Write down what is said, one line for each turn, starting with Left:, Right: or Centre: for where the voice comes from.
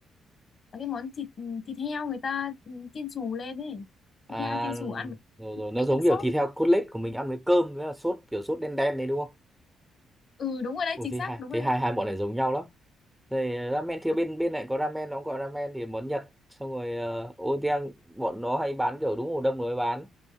Left: là cái món thịt ừ, thịt heo người ta ừ, chiên xù lên ấy
Centre: À,
Left: thịt heo chiên xù ăn với
Centre: rồi, rồi nó
Left: lại
Centre: giống
Left: nước sốt
Centre: kiểu thịt heo cốt lết của mình ăn với cơm với là sốt kiểu sốt đen đen đấy đúng không?
Left: ừ đúng rồi đấy
Centre: Ủa
Left: chính
Centre: thế
Left: xác
Centre: hai
Left: đúng
Centre: thế
Left: rồi
Centre: hai
Left: đấy
Centre: hai bọn này giống nhau lắm. Rồi ramen thì
Left: ừ,
Centre: bên bên này có ramen nó cũng gọi ramen thì món Nhật xong rồi uh, oden bọn nó hay bán kiểu đúng mùa đông nó mới bán